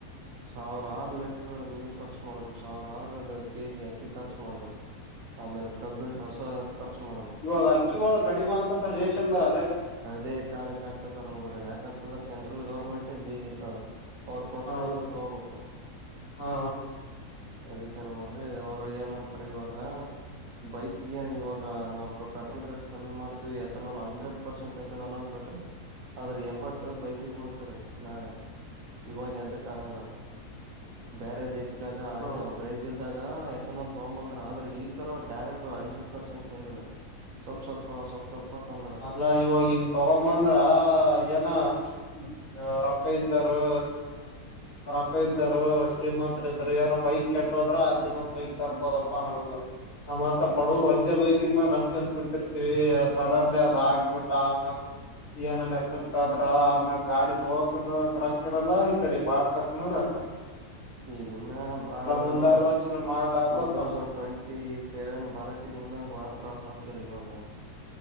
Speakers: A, on the right; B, on the left.
A: ಸಾವಿರ ಆರು ಲೀಟರ್ ನೀರು ಖರ್ಚು ಮಾಡ್ಬೇಕು ಸಾವಿರಾರು ಕೆಜಿ ಅಕ್ಕಿ ಖರ್ಚು ಮಾಡ್ಬೇಕು. ಆಮೇಲೆ ಕಬ್ಬಿಣ ರಸ. ಖರ್ಚು ಮಾಡ್ಬೇಕು
B: ಇವಾಗ ಅಕ್ಕಿ ಒಳ ಕಡಿಮೆ ಆಕತ ರೇಷನ್ದಾಗ.
A: ಅದೇ ಕಾರಾಣಕ್ಕೆ ಹಾಕತ್ತಾರ ನೋಡ್ರಿ ಯಾಕಂತಂದ್ರೆ ಸೆಂಟ್ರಲ್ ಗೌರ್ಮೆಂಟ್ ಬಿಜೆಪಿ ಅದ. ಅವ್ರ ಕೊಟ್ರೇ
B: ಹೌದು
A: ಇವರು ತಗೋಬೇಕು.
B: ಹಾ
A: ಅದಕ್ಕೆ ನೋಡ್ರಿ ಅವರು ಏನಂತಾರ ಇವಾಗ ಬೈಕ್ ಏನ್ ಇವಾಗ ನಾವು ಕಪ <unintelligible> ಪಲ್ ರೇಟ್ ಕಮ್ಮಿ ಮಾಡ್ತೀವಿ ಎಥನಾಲ್ ಹಂಡ್ರೆಡ್ ಪರ್ಸೆಂಟ್ ಏತನಾಲ್ ಅಂತ್ ಬಿಟ್ರು ಆದ್ರೆ ಎಫರ್ಟ್
B: ಹಾ
A: ಬೈಕಳ <unintelligible> ನಾಳೆ ಇವಾಗ ಎದ್ದು ಕಾಣಲ್ಲ ಬೇರೆ ದೇಶ. <unintelligible> ದಾಗ ಹಾಗೆ
B: ಹ್ಮ
A: ಬ್ರೈಜಿಲ್. ಇದಾಗ ಎಥನಾಲ್ ತಗೊಂಬಂದ್ರ ಆದ್ರ ಈ ತರ ಡೈರೆಕ್ಟ್ ಹಂಡ್ರೆಡ್ ಪರ್ಸೆಂಟ್ ತಂದಿಲ್ಲ. ಸ್ವಲ್ಪ ಸ್ವಲ್ಪ ಸ್ವಲ್ಪ ಸ್ವಲ್ಪ ತೊಂದ್ರ
B: ಅಲ್ಲ ಇವಾಗ ಹಿಂಗ ತಗೊಂಬಂದ್ರ ಏನ ಹ್ಮ ರೊಕ್ಕ ಇದ್ದರು ರೊಕ್ಕ ಇದ್ದರು ಶ್ರೀಮಂತತ್ರ ಇದರು ಏನೋ ಬೈಕ್ ಕೆಟ್ಟೋದ್ರ ಆ್ ದಿನೊಂದ ಬೈಕ್ ತರ್ಬೋದಪ್ಪ ಅೋ ನಮ್ಮಂತ ಬಡವರು ಒಂದೇ ಬೈಕನ್ ನಂಬಕನ್ ಕುಂತಿರ್ತೀವಿ ಸಡನ್ ಆಗಬಿಟ್ಟ ಆಮೇ ಏನ ಎತದ್ರ ಆಮೇ ಗಾಡಿ ತೋಕ ಕರೆಕ್ ಅ್ರಲ್ಲ ಈ ಕಡೆ ಬಾಡ್ಸಕನ ರ
A: ಈಗಿನ್ನ ಬಾಳ ಇನ್ನು
B: ಮುಂದಾಲೋಚನೆ ಮಾಡ್ಲಾರ್ದ
A: ಟೂ ತೌಸಂಡ್
B: ತಮ್
A: ಟ್ವೆಂಟ ಟಿ ಸೇವೆನ್ ಬರಟಿಗೆ ಇನ್ನೊಂದು್ ಬಾಳ ತ್ರಾಸ್ ಆಗ್ತರಿೀ ಇವಾಗ